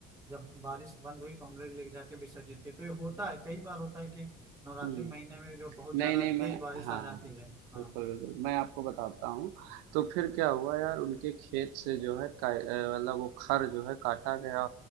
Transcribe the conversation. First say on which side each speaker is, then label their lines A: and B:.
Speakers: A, on the right; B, on the right.
A: जब बारिश बंद हुई तो हम लोग ले जाके विसर्जित किए तो ये होता है कई बार होता है कि नवरात्रि
B: हुँ।
A: के महीने में जो बहुत ज्यादा
B: नहीं, नहीं,
A: तेज
B: मैं
A: बारिश
B: हाँ,
A: आ जाती है हाँ
B: बिल्कुल, बिल्कुल। मैं आपको बताता हूँ, तो फिर क्या हुआ यार उनके खेत से जो है का अ, मतलब वो खर जो है काटा गया।